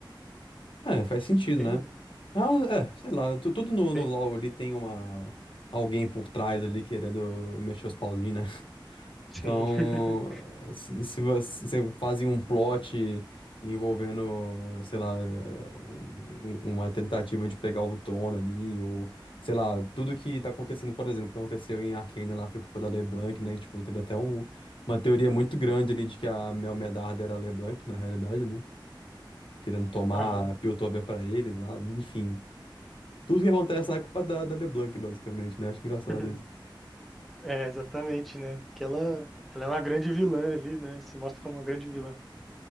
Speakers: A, on the left (about 85°); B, in the centre.
A: Ah, É, faz sentido,
B: Entende?
A: né? Ah, é, sei lá, tu- tudo no,
B: Tem-
A: no LoL ali tem uma alguém por trás ali querendo mexer os pauzinhos, né? <laughs>
B: Sim.
A: Então,
B: <laughs>
A: se, se você se fazem um plot envolvendo, sei lá, um- uma tentativa de pegar o trono ali, ou sei lá, tudo que tá acontecendo, por exemplo, o que aconteceu em Arcane lá foi culpa da LeBlanc, né? Tipo, teve até um- uma teoria muito grande ali de que a Mel Medarda era a LeBlanc, na realidade, né? querendo tomar
B: Aham.
A: Piltover pra eles lá, enfim. Tudo que acontece lá é culpa da, da LeBlanc, basicamente, né? Acho engraçado
B: <laughs>
A: isso.
B: É, exatamente, né? Que ela, ela é uma grande vilã ali, né? Se mostra como uma grande vilã.